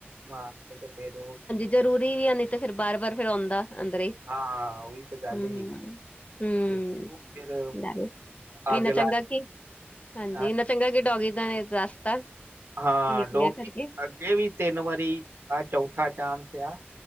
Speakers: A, on the right; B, on the left.
A: ਮ ਕਿਤੇ ਫੇਰੋ
B: ਜ਼ਰੂਰੀ ਵੀ ਆ ਨਹੀਂ ਤੇ ਫਿਰ ਬਾਰ ਵਾਰ ਫੇਰ ਆਉਂਦਾ ਅੰਦਰ ਹੀ
A: ਹਾਂ ਉਹੀ ਤੇ ਗੱਲ
B: ਹੂੰ।
A: ਹੀ।
B: ਹੂੰ
A: ਤੇ ਉਹ ਫਿਰ
B: ਡਾਰੇ
A: ਅੱਗ
B: ਇੰਨਾ
A: ਲਾ
B: ਚੰਗਾ ਕਿ ਹਾਂਜੀ
A: ਹਾਂ
B: ਇੰਨਾ ਚੰਗਾ ਕਿ ਡੋਗੀ ਦਾ ਰਸਤਾ ਕੀ
A: ਹਾਂ
B: ਨਿਕਲਿਆ
A: ਡੋਗੀ
B: ਕਰਕੇ
A: ਅੱਗੇ ਵੀ ਤਿੰਨ ਵਾਰੀ ਆਹ ਚੌਥਾ ਚਾਂਸ ਆ।